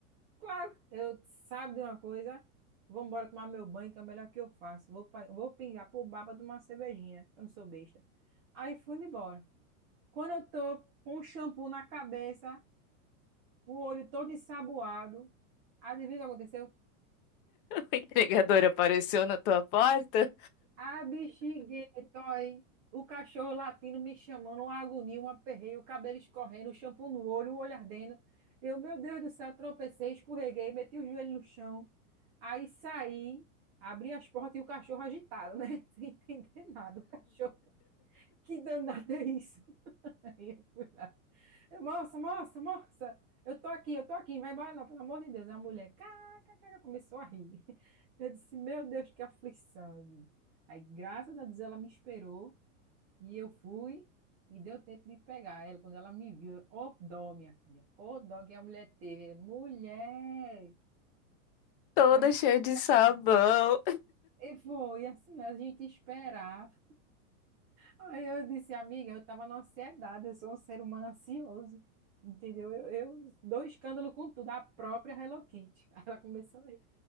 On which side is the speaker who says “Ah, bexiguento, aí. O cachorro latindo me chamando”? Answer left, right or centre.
Right